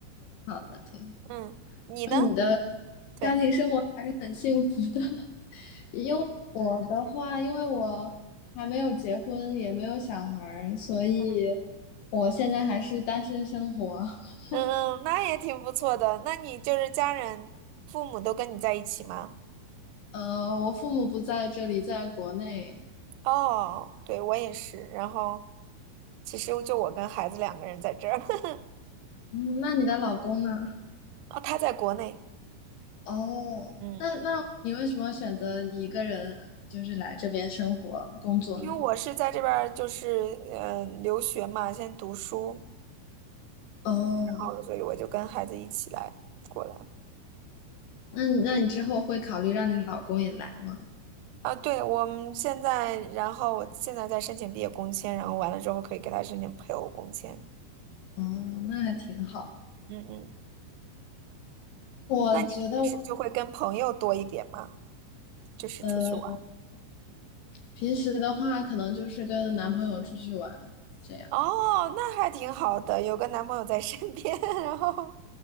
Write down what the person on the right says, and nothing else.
嗯，你呢？
对，
嗯
嗯，那也挺不错的。那你就是家人、父母都跟你在一起吗？
哦，对，我也是。然后其实就我跟孩子两个人在这儿，<laughs>
哦，他在国内，
嗯，
因为我是在这边儿就是嗯、呃留学嘛，先读书，
然后所以我就跟孩子一起来过来。
啊，对，我们现在，然后我现在在申请毕业工签，然后完了之后可以给他申请配偶工签。
嗯嗯，
那你平时就会跟朋友多一点吗？就是出去玩。
哦，那还挺好的，有个男朋友在身边，<laughs> 然后